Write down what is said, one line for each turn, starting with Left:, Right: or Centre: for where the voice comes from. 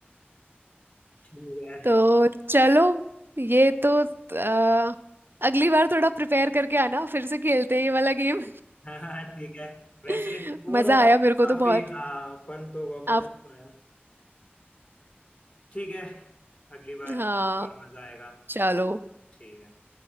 Left: ठीक है
Right: तो चलो ये तो अ, अगली बार थोड़ा प्रिपेयर करके आना फिर से खेलते हैं ये वाला गेम
Left: हाँ हाँ, ठीक है वैसे
Right: <laughs>
Left: बोर
Right: मजा
Left: हो रहा
Right: आया
Left: था
Right: मेरे
Left: काफी
Right: को तो बहुत
Left: हाँ फन तो हुआ
Right: आप
Left: मजा तो आया ठीक है अगली बार
Right: हाँ
Left: और मजा आएगा
Right: चलो
Left: ठीक है